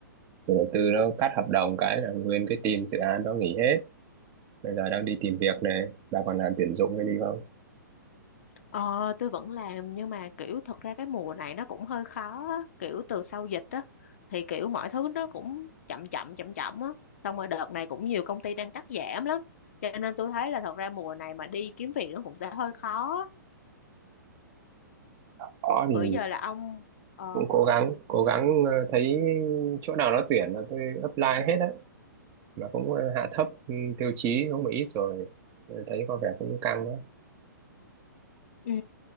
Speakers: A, on the right; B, on the left.
A: chủ đầu tư nó cắt hợp đồng cái là nguyên cái team dự án đó nghỉ hết bây giờ đang đi tìm việc này bà còn làm tuyển dụng hay đi không
B: Ờ, tôi vẫn làm, nhưng mà kiểu thật ra cái mùa này nó cũng hơi khó, á. kiểu từ sau dịch á, thì kiểu mọi thứ nó cũng chậm chậm, chậm chậm á. Xong rồi đợt này cũng nhiều công ty đang cắt giảm lắm. Cho nên tôi thấy là thật ra mùa này mà đi kiếm việc nó cũng sẽ hơi khó.
A: có thì
B: Bữa giờ là ông, ờ,
A: cũng cố gắng cố gắng ờ, thấy chỗ nào nó tuyển là tôi apply hết á mà cũng ờ, hạ thấp ừ, tiêu chí không một ít rồi Ờ, thấy có vẻ cũng căng đó
B: ừ,